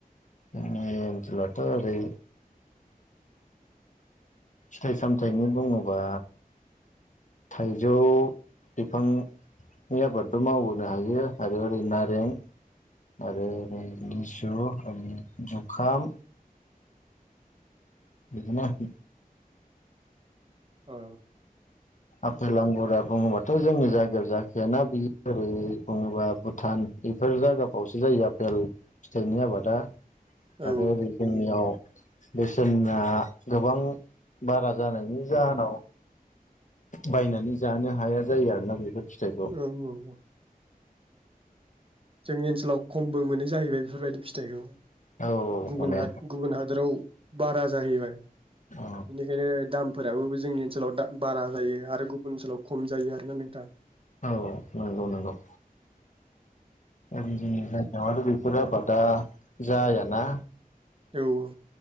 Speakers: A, on the left; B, on the right.
A: ओनसोलावथ' ओरै फिथाइ सामथायाइनि बुङोबा, थाइजौ बिफांनि आबादबो मावबोनो हायो आरो ओरै नारें आरो ओरै
B: औ
A: लिसु ओरै जुखाम। बिदिनो आरोखि।
B: औ
A: आफेल आंगुरा बुङोबाथ' जोंनि जायगायाव जाखायाना बियो ओरै बुङोबा भुटान बेफोर जायगाफ्रावसो जायो आफेल फिथाइनि आबादा।
B: औ
A: आरो ओरै जोंनियाव बेसेना गोबां बारा जानायनि जाहोनाव बायनानै जानो हाया जायो आरोना बेफोर फिथाइखौ
B: औ औ औ जोंनि ओनसोलाव खमबो मोनो जाहैबाय बेफोरबायदि फिथाइखौ।
A: औ
B: गुबुन
A: माने
B: गुबुन हादोराव बारा जाहैबाय,
A: औ
B: बेनिखायनो दामफोराबो जोंनि ओनसोलाव दा बारा जायो आरो गुबुन ओनसोलाव खम जायो आरोना नोंथां।
A: औ नंगौ नंगौ ओरै जोंनि जायगायाव बेफोर आबादा जायाना?
B: औ औ